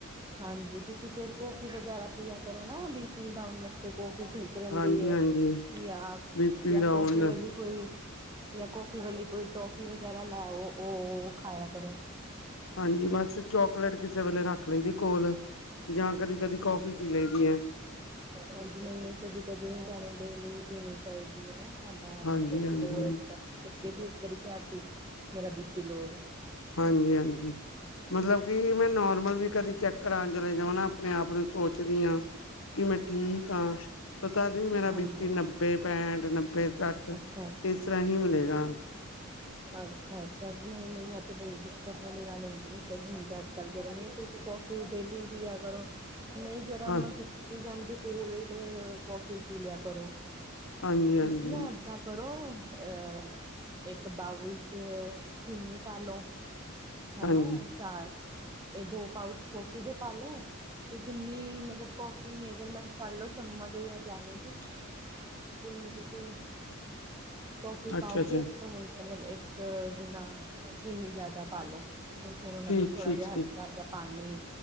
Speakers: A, on the right; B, on the left.
A: ਹਾਂਜੀ, ਤੁਸੀਂ ਫੇਰ ਕੌਫੀ ਵਗੈਰਾ ਪਿਆ ਕਰੋ ਨਾ ਬੀ ਪੀ ਡਾਊਨ ਵਾਸਤੇ, ਤੇ ਕੌਫੀ ਠੀਕ ਰਹਿੰਦੀ
B: ਹਾਂਜੀ
A: ਹੈ,
B: ਹਾਂਜੀ
A: ਜਾਂ,
B: ਬੀ ਪੀ
A: ਜਾਂ
B: ਡਾਊਨ
A: ਕੌਫੀ ਵੇ ਕੋਈ ਜਾਂ ਕੌਫੀ ਵਾਲੀ ਕੋਈ ਟੋਫੀ ਵਗੈਰਾ ਲੈਓ ਉਹ ਖਾਇਆ ਕਰੋ,
B: ਹਾਂਜੀ ਬਸ, ਚੋਕਲੇਟ ਕਿਸੇ ਵੇਲੇ ਰੱਖ ਲਈ ਦੀ ਕੋਲ ਜਾਂ ਕਦੀ ਕਦੀ ਕੌਫੀ
A: ਹਾਂਜੀ
B: ਪੀ ਲਈ ਦੀ ਹੈ।
A: ਹਾਂਜੀ, ਨਹੀਂ-ਨਹੀਂ ਕਦੀ-ਕਦੀ ਨਹੀਂ ਕਰਨ ਡੇਲੀ ਪੀਣੀ ਚਾਹੀਦੀ ਹੈ ਨਾ, ਸਾਡਾ
B: ਹਾਂਜੀ
A: ਅਗਰ
B: ਹਾਂਜੀ
A: ਲੋਅ ਰਹਿੰਦਾ
B: ਹਾਂਜੀ
A: ਤੁਸੀਂ ਅੱਗੇ ਵੀ ਇੱਕ ਵਾਰੀ ਕਿਹਾ ਸੀ ਮੇਰਾ ਬੀ ਪੀ ਲੋਅਏ,
B: ਹਾਂਜੀ-ਹਾਂਜੀ। ਮਤਲਬ ਕਿ ਮੈਂ ਨੋਰਮਲ ਵੀ ਕਦੇ ਚੈੱਕ ਕਰਾਉਣ ਚਲੇ ਜਾਵਾਂ ਨਾ ਆਪਣੇ ਆਪ ਨੂੰ ਸੋਚਦੀ ਹਾਂ। ਕਿ ਮੈਂ ਠੀਕ ਹਾਂ, ਪਤਾ ਦੀ ਵੀ ਮੇਰਾ
A: ਹਾਂਜੀ
B: ਬੀਪੀ ਨੱਬੇ ਪੈਂਠ ਨੱਬੇ ਸੱਠ,
A: ਅੱਛਾ
B: ਤੀਸਰਾ ਹੀ ਮਿਲੇਗਾ,
A: ਅੱਛਾ-ਅੱਛਾ, ਨਹੀਂ-ਨਹੀਂ, ਅੱਜ ਬਈ ਦਿੱਕਤ ਵਾਲੀ ਗੱਲ ਹੁੰਦੀ ਹੈ <unintelligible> ਗਰਮ ਤੁਸੀਂ ਕੌਫੀ ਡੇਲੀ ਵੀ ਆ ਕਰੋ ਨਹੀਂ ਗਰਮ
B: ਹਾਂ
A: ਕਿ ਪੀਤੀ ਜਾਂਦੀ ਕੋਲਡ ਕੌਫੀ ਪੀ ਲਿਆ ਕਰੋ,
B: ਹਾਂਜੀ ਹਾਂਜੀ
A: ਤੁਸੀਂ ਨਾ ਇਦਾਂ, ਕਰੋ ਅ, ਇੱਕ ਬਾਊਲ ਚ ਚੀਨੀ ਪਾ ਲੋੋ,
B: ਹਾਂਜੀ
A: ਹਨਾ ਚਾਰ, ਇਹ ਦੋ ਪਾਊਚ ਕੋਫੀ ਦੇ ਪਾ ਲੋ, ਤੇ ਜਿੰਨੀ ਮਤਲਬ ਕੌਫੀ ਮੇਜਰਮੈਂਟ ਕਰਲੋ ਚਮਚ ਜਾਂ ਜਿਵੇਂ ਵੀ, ਜਿੰਨੀ ਤੁਸੀਂ, ਕੌਫੀ
B: ਅੱਛਾ
A: ਪਾਓਗੇ,
B: ਅੱਛਾ
A: ਉਸ ਤੋਂ ਮਤਲਬ ਇੱਕ ਗੁਨਾ ਚੀਨੀ ਜ਼ਿਆਦਾ ਪਾਲੋ, ਤੇ ਫੇਰ ਉਹਨਾਂ
B: ਠੀਕ
A: ਨੂੰ ਥੋੜ੍ਹਾ
B: ਠੀਕ
A: ਜਿਹਾ
B: ਠੀਕ
A: ਹਲਕਾ ਜਾਂ ਪਾਣੀ,